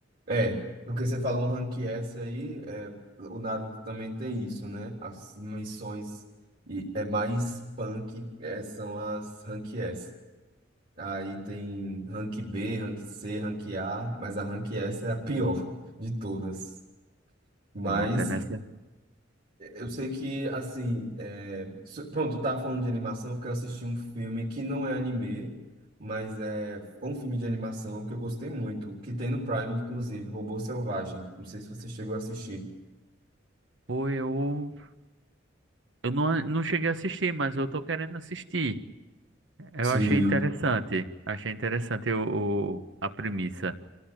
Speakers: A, on the right (about 50°); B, on the right (about 70°).
A: é. Porque você falou Rank S aí, é, o Naruto também tem isso, né? As missões e é mais punk, é, são as Rank S. Aí tem Rank B, Rank C, Rank A, mas a Rank S é a pior de todas. Mas
B: Pronto, é nessa.
A: Eu sei que, assim, é... so- pronto, eu tava falando de animação porque eu assisti um filme que não é anime, mas é foi um filme de animação que eu gostei muito, que tem no Prime, inclusive, Robô Selvagem. Não sei se você chegou a assistir.
B: Pô, eu, eu não, não cheguei a assistir, mas eu tô querendo assistir. Eu
A: Sim.
B: achei interessante, achei interessante o, o- a premissa.